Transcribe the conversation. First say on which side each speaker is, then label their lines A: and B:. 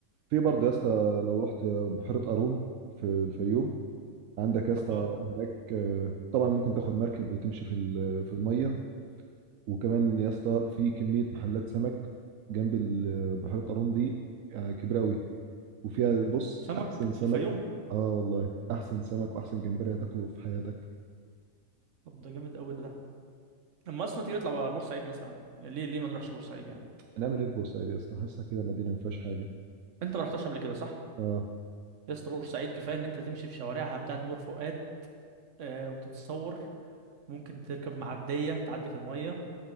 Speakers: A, on the right; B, on the right.
A: في برضه يا اسطى لو رحت بحيرة قارون في الفيوم عندك يا اسطى
B: اه
A: هناك آه، طبعا ممكن تاخد مركب وتمشي في ال- في المية وكمان يا اسطى في كمية محلات سمك جنب ال- بحيرة قارون دي آه، كبيرة اوي وفيها بص
B: سمك
A: احسن سمك
B: في الفيوم
A: اه والله احسن سمك واحسن جمبري هتاكله في حياتك
B: طب ده جامد قوي ده لما اصلا تيجي نطلع على بورسعيد مثلا يعني ليه ليه ما نروحش بورسعيد يعني
A: هنعمل ايه في بورسعيد يا اسطى حاسسها كده مدينة ما فيهاش حاجة
B: انت ما رحتش قبل كده صح
A: اه
B: يا اسطى بورسعيد كفايه ان انت تمشي في شوارعها بتاعت بور فؤاد آه وتتصور ممكن تركب معديه تعدي في الميه